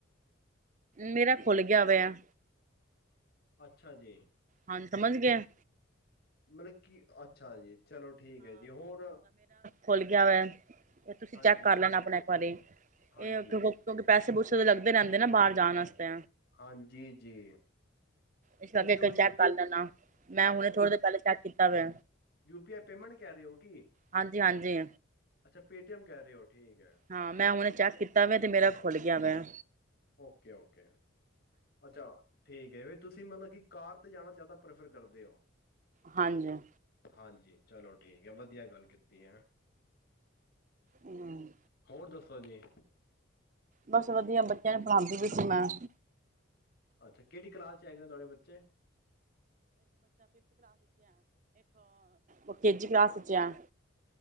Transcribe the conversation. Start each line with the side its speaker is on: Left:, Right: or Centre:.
Right: ਮੇਰਾ ਖੁੱਲ ਗਿਆ ਵੇ ਆ
Left: ਅੱਛਾ ਜੀ
Right: ਹਾਂਜੀ ਸਮਝ ਗਿਆ
Left: ਮਤਲਬ ਕੀ ਅੱਛਾ ਜੀ ਚਲੋ ਠੀਕ ਹੈ ਜੀ ਹੋਰ
Right: ਖੂਲ ਗਿਆ ਵੈ ਇਹ ਤੁਸੀਂ
Left: ਹਾਂਜੀ
Right: ਚੈੱਕ ਕਰ ਲੈਣਾ ਆਪਣਾ ਇੱਕ ਵਾਰੀ
Left: ਹਾਂਜੀ
Right: ਇਹ ਕਿ ਕਿਉਂਕਿ ਪੈਸੇ ਬੁਰਸ਼ ਲੱਗਦੇ ਰਹਿੰਦੇ ਨਾ ਬਾਹਰ ਜਾਣਾਤੇ
Left: ਹਾਂਜੀ ਜੀ
Right: ਇਸ ਕਰਕੇ
Left: ਤੁਸੀਂ
Right: ਇੱਕ
Left: ਉਹ
Right: ਚੈੱਕ
Left: ਯੂ
Right: ਕਰ ਲੈਨਾ, ਮੈਂ ਹੁਣੇ ਥੋੜੀ ਦੇਰ ਪਹਿਲੇ ਚੈੱਕ ਕੀਤੀ, ਤਵੇ,
Left: ਜੋ, ਯੂ ਪੀ ਆਈ ਪੇਮੈਂਟ ਕਹਿ ਰਹੇ ਹੋ ਕਿ
Right: ਹਾਂਜੀ ਹਾਂਜੀ
Left: ਅੱਛਾ ਪੇਟੀਐਮ ਕਹਿ ਰਹੇ ਹੋ। ਠੀਕ ਹੈ
Right: ਹਾਂ ਮੈਂ ਹੁਨ ਚੈੱਕ ਕੀਤਾ ਵ ਤੇ ਮੇਰਾ ਖੁੱਲ ਗਿਆ ਵੈਂ।
Left: ਓਕੇ ਓਕੇ ਅੱਛਾ, ਠੀਕ ਏ, ਤੁਸੀਂ ਮਤਲਬ ਕਿ ਕਾਰ ਤੇ ਜਾਣਾ ਜ਼ਿਆਦਾ, ਪ੍ਰੈਫਰ ਕਰਦੇ ਹੋ।
Right: ਹਾਂਜੀ,
Left: ਹਾਂਜੀ ਚਲੋ ਠੀਕ ਹੈ ਵਧੀਆ ਗੱਲ ਕੀਤੀ ਹੈ।
Right: ਹਮ
Left: ਹੋਰ ਦੱਸੋ ਜੀ,
Right: ਬਸ ਵਧੀਆ ਬੱਚ ਪੜਾਦੀ ਵੀ ਸੀ ਮੈਂ,
Left: ਅੱਛਾ ਕਿਹੜੀ ਕਲਾਸ ਚ ਹੈਗੇ ਨੇ ਤੁਹਾਡੇ ਬੱਚੇ?
Right: ਉਹ ਕੇਜੀ ਕਲਾਸ ਚ ਐ,